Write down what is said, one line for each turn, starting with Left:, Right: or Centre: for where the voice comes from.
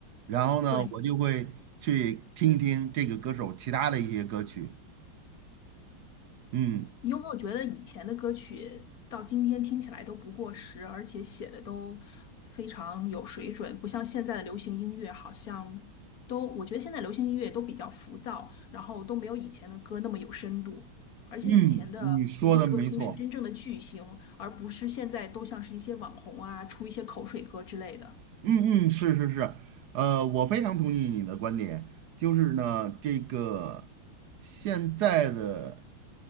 Right: 然后呢，
Left: 对，
Right: 我就会去听一听这个歌手其他的一些歌曲。嗯
Left: 你有没有觉得以前的歌曲到今天听起来都不过时，而且写的都非常有水准，不像现在的流行音乐，好像都，我觉得现在流行音乐都比较浮躁，然后都没有以前的歌那么有深度。而且以前的那些歌星是真正的巨星，
Right: 嗯，你说的没错。
Left: 而不是现在都像是一些网红啊，出一些口水歌之类的。
Right: 嗯嗯，是是是，呃，我非常同意你的观点，就是呢，这个现在的。